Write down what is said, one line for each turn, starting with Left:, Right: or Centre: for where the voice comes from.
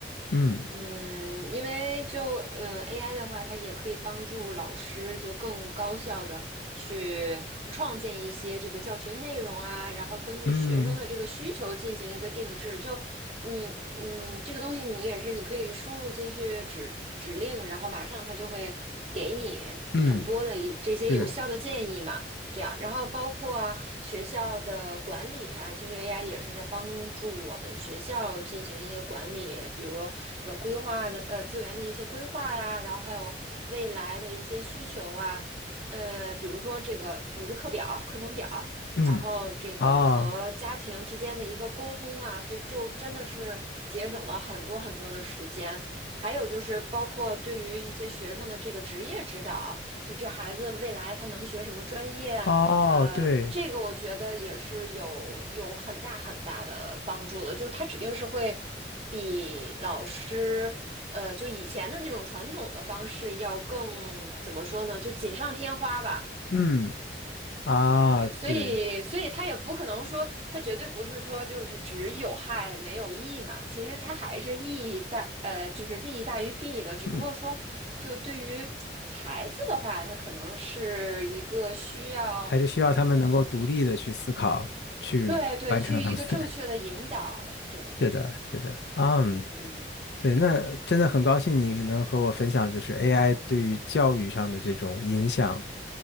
Left: 嗯
Right: 嗯，因为就呃 AI 的话，它也可以帮助老师就更高效的去创建一些这个教学内容啊，然后根据学生的这个需求进行一个定制。
Left: 嗯
Right: 就你嗯，这个东西你也是你可以输入进去指指令，然后马上它就会给你很多的一这些有效的建议嘛。
Left: 嗯，是
Right: 这样，然后包括啊学校的管理啊，其实 AI 也是在帮助我们学校进行一些管理，比如这个规划的呃资源的一些规划呀、然后还有未来的一些需求啊，呃，比如说这个组织课表、课程表，
Left: 嗯
Right: 然后这个和家庭之间的一个沟通啊，
Left: 啊
Right: 所以就真的是节省了很多很多的时间。还有就是包括对于一些学生的这个职业指导。就这孩子未来他能学什么专业，
Left: 哦对，
Right: 呃，这个我觉得也是有有很大很大的帮助的，就他指定是会比老师，呃，就以前的那种传统的方式要更，怎么说呢，就锦上添花吧。
Left: 嗯。啊，
Right: 对，所以，
Left: 对，
Right: 所以他也不可能说，他绝对不是说就是只有害没有益嘛。其实他还是益大，呃，就是利益大于弊的。只不过说，
Left: 嗯，
Right: 就对于孩子的话，他可能是一个需要，
Left: 还是需要他们能够独立的去思考，去完成他们。
Right: 对对，去一个正确的引导。
Left: <laughs>
Right: 对对对，
Left: 是的，是的，嗯，
Right: 嗯，是，
Left: 对，那真的很高兴你能和我分享，就是 AI 对于教育上的这种影响，